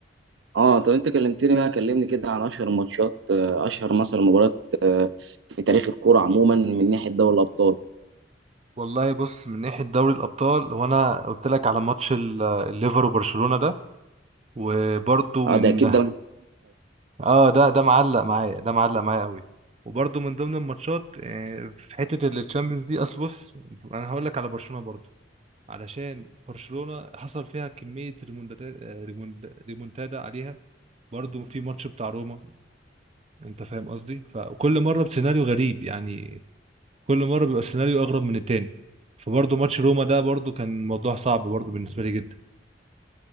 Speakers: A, on the right; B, on the right.
A: اه طب انت كلمتني بقى كلمني كده عن اشهر الماتشات آه، اشهر مثلا مباريات آه، في تاريخ الكوره عموما من ناحيه دوري الابطال
B: والله بص من ناحية دوري الأبطال هو أنا قلت لك على ماتش ال- الليفر وبرشلونة ده وبرضه
A: اه
B: من
A: ده اكيد
B: <laughs>
A: ده
B: اه ده ده معلق معايا ده معلق معايا قوي وبرده من ضمن الماتشات آه، في حته الشامبيونز دي اصل بص انا هقول لك على برشلونه برضو علشان برشلونه حصل فيها كميه ريمونتادا ريمونتادا عليها برضو في ماتش بتاع روما انت فاهم قصدي فكل مره بسيناريو غريب يعني كل مره بيبقى السيناريو اغرب من التاني فبرضو ماتش روما ده برضو كان موضوع صعب برضو بالنسبه لي جدا